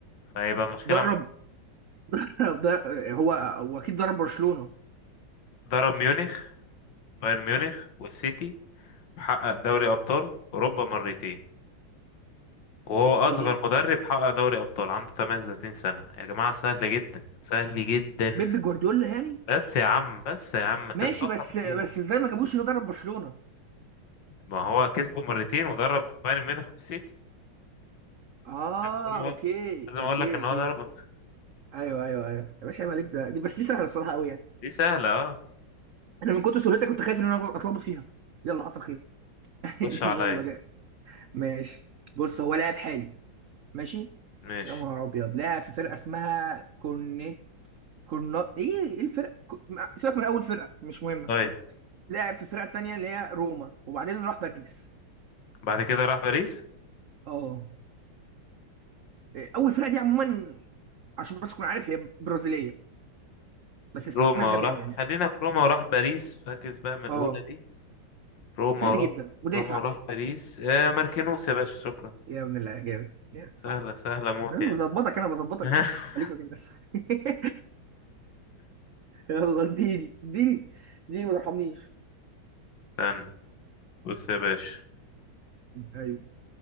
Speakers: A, on the left; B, on the right.
A: فهيبقى مشكلة
B: درب
A: معاك
B: <laughs> در- هو هو اكيد درب برشلونة
A: درب ميونخ بايرن ميونخ والسيتي وحقق دوري أبطال أوروبا مرتين وهو أصغر
B: يعني
A: مدرب حقق دوري أبطال عنده 38 سنة يا جماعة سهل جدا سهل جدا
B: بيب جوارديولا يعني
A: بس يا عم بس يا عم أنت
B: ماشي
A: بتفكر
B: بس بس
A: في إيه
B: ازاي ما جابوش هو درب برشلونة
A: ما هو كسبه مرتين ودرب بايرن ميونخ والسيتي
B: اه
A: مش لازم
B: اوكي
A: أقول لازم أقول
B: اوكي
A: لك إن
B: اوكي
A: هو درب
B: ايوه ايوه ايوه يا باشا عيب عليك ده دي بس دي سهلة الصراحة قوي يعني
A: دي سهلة اه
B: انا من كتر سهولتها كنت خايف ان انا اتلخبط فيها يلا حصل خير <laughs>
A: خش عليا
B: يلا جاي ماشي بص هو لاعب حالي ماشي
A: ماشي
B: يا نهار ابيض لاعب في فرقة اسمها كورنيت كورنا ايه ايه الفرق ك- ما- سيبك من اول فرقه مش مهمه
A: طيب
B: لعب في الفرقه التانيه اللي هي روما وبعدين راح باريس
A: بعد كده راح باريس
B: اه إيه، اول فرقه دي عموما عشان بس تكون عارف هي برازيليه بس اسمها
A: روما
B: غبي
A: وراح
B: قوي يعني
A: خلينا في روما وراح باريس فاكس بقى من الأولى
B: اه
A: دي روما
B: سهل
A: وراح
B: جدا مدافع
A: روما وراح باريس آه ماركينوس يا باشا شكرا
B: يا ابن الله جامد يا
A: سهلة
B: صح
A: سهلة موت
B: انا
A: يعني
B: بظبطك انا بظبطك
A: <laughs>
B: انا خليفه كده بس. <laughs> يلا اديني اديني اديني ما ترحمنيش
A: استنى بص يا باشا
B: ايوه